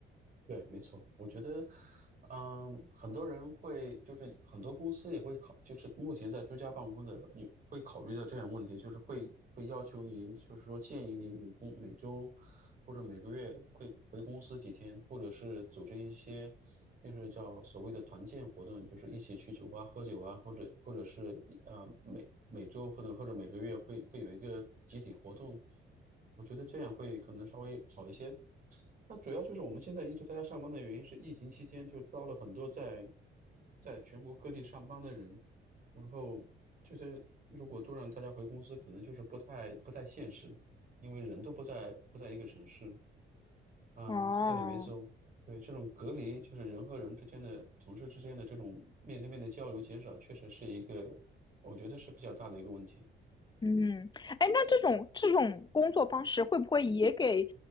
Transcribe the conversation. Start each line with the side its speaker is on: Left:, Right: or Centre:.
Right: 对，没错，我觉得，嗯，很多人会，就是很多公司也会考，就是目前在居家办公的，你会考虑到这样问题，就是会会要求你，就是说建议你每公每周或者每个月会回公司几天，或者是组织一些，就是叫所谓的团建活动，就是一起去酒吧喝酒啊，或者或者是呃每每周或者或者每个月会会有一个集体活动，我觉得这样会可能稍微好一些。那主要就是我们现在一直在家上班的原因是，疫情期间就招了很多在在全国各地上班的人，然后就是如果都让大家回公司，可能就是不太不太现实，因为人都不在不在一个城市。嗯，
Left: 哦，
Right: 对，没错，对，这种隔离就是人和人之间的、同事之间的这种面对面的交流减少，确实是一个我觉得是比较大的一个问题。
Left: 嗯，哎，那这种这种工作方式会不会也给，